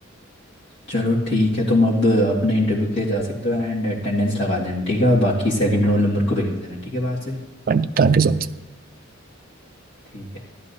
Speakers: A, on the left; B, on the right.
A: चलो ठीक है तुम अब अपने इंटरव्यू के लिए जा सकते हो एंड अटेंडेंस लगा देना ठीक है और बाकी सेकंड रोल नंबर को भेज देना ठीक है बाहर से
B: Thank you sir.
A: ठीक है